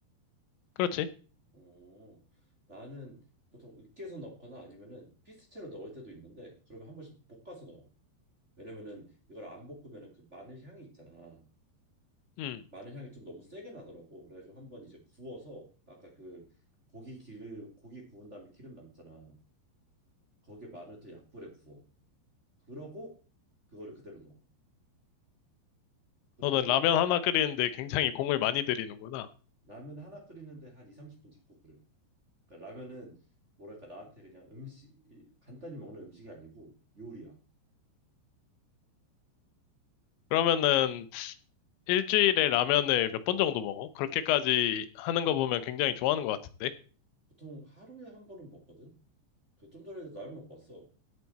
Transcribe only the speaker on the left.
그렇지?
음.
너는
라면 하나 끓이는데 굉장히 공을 많이 들이는구나.
그러면은 일주일에 라면을 몇 번 정도 먹어? 그렇게까지 하는 거 보면 굉장히 좋아하는 것 같은데?